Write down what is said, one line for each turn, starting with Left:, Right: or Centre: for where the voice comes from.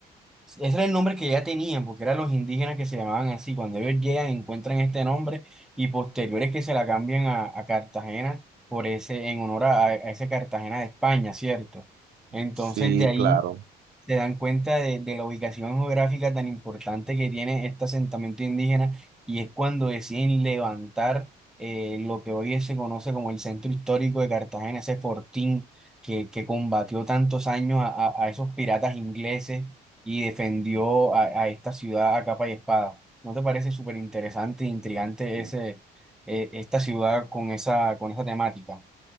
Centre: Ese era el nombre que ya tenían, porque eran los indígenas que se llamaban así. Cuando ellos llegan, encuentran este nombre y posteriores que se la cambian a, a Cartagena por ese, en honor a, a ese Cartagena de España, ¿cierto? Entonces
Right: Sí,
Centre: de ahí
Right: claro,
Centre: se dan cuenta de, de la ubicación geográfica tan importante que tiene este asentamiento indígena y es cuando deciden levantar eh, lo que hoy se conoce como el centro histórico de Cartagena, ese fortín que, que combatió tantos años a, a- a esos piratas ingleses y defendió a, a esta ciudad a capa y espada. ¿No te parece súper interesante e intrigante
Right: sí,
Centre: ese, eh, esta ciudad con esa, con esa temática?